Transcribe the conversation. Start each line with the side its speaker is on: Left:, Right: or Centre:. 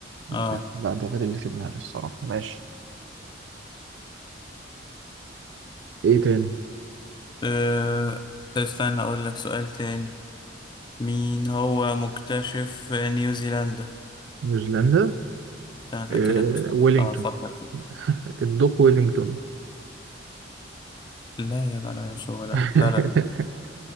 Right: لا
Left: اه
Right: ده ده غير اللي في دماغي الصراحه ماشي ايه تاني
Left: آه، استنى اقول لك سؤال تاني مين هو مكتشف نيوزيلندا
Right: نيوزيلندا
Left: استنى اتاكد
Right: إيه
Left: لك من سؤال
Right: ويلينغتون
Left: اه فكر كده
Right: الدوق ويلينغتون
Left: لا يا لا لا مش هو لا
Right: <laughs>
Left: لا لا لا
Right: انا